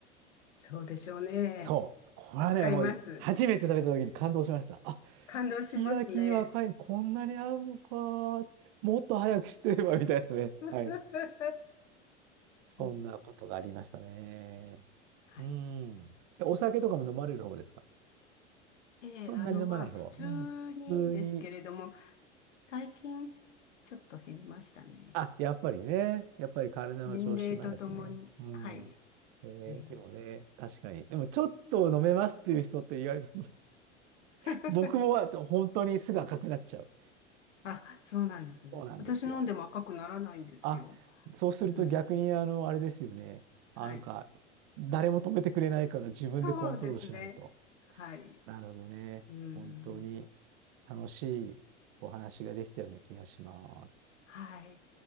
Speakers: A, on the left; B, on the right.
A: そうでしょうね。
B: そう、これはね、
A: わかります。
B: もうい初めて食べたときに感動しました。あ、
A: 感動しますね。
B: すき焼きに赤ワインこんなに合うのか、もっと早く知ってれば、みたいなね。
A: <laughs> う
B: はい。そんなことがありましたね。
A: んはい。
B: うん。えお酒とかも飲まれる方ですか
A: ええ、
B: そんなに飲まない方。
A: あの、まあ、普通にですけれども、
B: うん。普通に。
A: 最近、ちょっと減りましたね。
B: あ、やっぱりね。やっぱり体の調子もあるしね。
A: 年齢とともに。
B: うん。
A: はい。
B: えーでもね、
A: うん
B: 確かに。でも、ちょっと飲めますっていう人って意外と <laughs>
A: <laughs>
B: 僕も本当にすぐ赤くなっちゃう。
A: あ、そうなんですね。
B: そうなんですよ。
A: 私飲んでも赤くならないんですよ。
B: あ、そうすると逆に、
A: うん。
B: あの、あれですよね。あなんか、
A: はい。
B: 誰も止めてくれないから自分でコントロールしないと。
A: そうですね。はい。う
B: なるほどね。
A: ーん。
B: 本当に楽しいお話ができたような気がします。
A: はい。